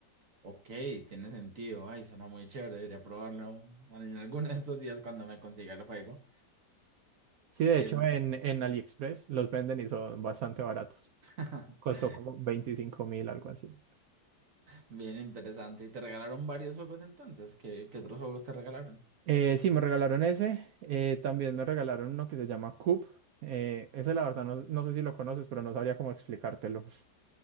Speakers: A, on the right; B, on the right.
A: Ok, tiene sentido. Ay, suena muy chévere. Debería probarlo en alguno de estos días cuando me consiga el juego.
B: Sí, de
A: Es
B: hecho, en, en AliExpress los venden y son bastante baratos.
A: <laughs>
B: Costó como veinticinco mil, algo así.
A: bien interesante. ¿Y te regalaron varios juegos entonces? ¿Qué, qué otros juegos te regalaron?
B: Eh, sí, me regalaron ese. eh, también me regalaron uno que se llama Coop. eh, ese, la verdad, no, no sé si lo conoces, pero no sabría cómo explicártelo.